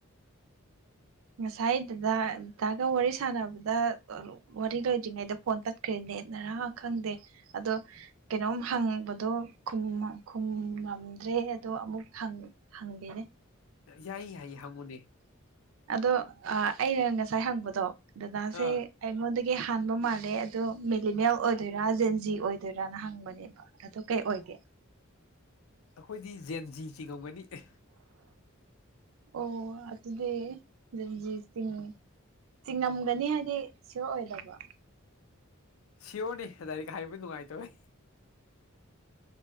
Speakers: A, on the right; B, on the left.
A: ꯉꯁꯥꯏꯗꯥꯒ ꯋꯥꯔꯤ ꯁꯥꯟꯅꯕꯗ ꯋꯥꯔꯤ ꯂꯣꯏꯗ꯭ꯔꯤꯉꯩꯗ ꯐꯣꯟ ꯇꯠꯈ꯭ꯔꯦꯅꯦ ꯅꯔꯥ ꯈꯪꯗꯦ ꯑꯗꯣ ꯀꯩꯅꯣꯝ ꯍꯪꯕꯗꯣ ꯈꯨꯝꯃꯝꯗ꯭ꯔꯦ ꯑꯗꯣ ꯑꯃꯨꯛ ꯍꯪꯉꯦ ꯍꯪꯦꯅꯦ
B: ꯌꯥꯏ-ꯌꯥꯏ ꯍꯪꯉꯨꯅꯦ
A: ꯑꯗꯣ ꯑꯩꯅ ꯉꯁꯥꯏ ꯍꯪꯕꯗꯣ ꯗꯥꯗꯥꯁꯦ
B: ꯑꯥ
A: ꯑꯩꯉꯣꯟꯗꯒꯤ ꯍꯥꯟꯕ ꯃꯥꯜꯂꯦ ꯑꯗꯣ ꯃꯦꯂꯤꯃꯦꯜ ꯑꯣꯏꯗꯣꯏꯔꯥ ꯖꯦꯟꯖꯤ ꯑꯣꯏꯗꯣꯏꯔꯥꯅ ꯍꯪꯕꯅꯦꯕ ꯑꯗꯨ ꯀꯩ ꯑꯣꯏꯒꯦ
B: ꯑꯩꯈꯣꯏꯗꯤ ꯖꯦꯟ ꯖꯤꯁꯤ ꯉꯝꯒꯅꯤ ꯑꯦ
A: ꯑꯣ ꯑꯗꯨ ꯑꯗꯨꯗꯤ ꯔꯟꯖꯤꯠ ꯁꯤꯡꯅꯤ ꯆꯤꯡꯉꯝꯒꯅꯤ ꯍꯥꯏꯗꯤ ꯁꯤꯌ ꯑꯣꯏꯗꯧꯕ
B: ꯁꯤꯌꯣꯔꯅꯤ ꯂꯗꯥꯥꯏꯔꯤꯛ ꯍꯥꯏꯕꯕꯨꯗꯤ ꯅꯨꯡꯉꯥꯏꯇꯧꯋꯦ